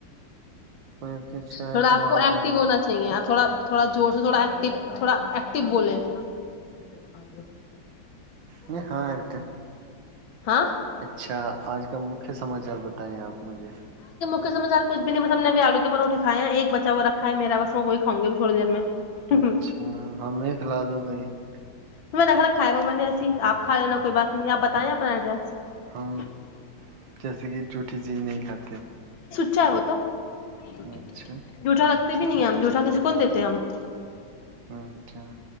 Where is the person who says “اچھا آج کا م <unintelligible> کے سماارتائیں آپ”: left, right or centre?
Right